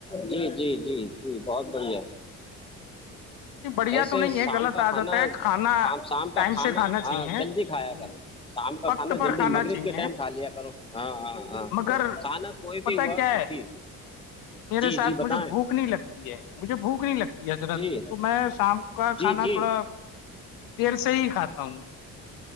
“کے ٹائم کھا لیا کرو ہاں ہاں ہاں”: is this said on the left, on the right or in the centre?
Left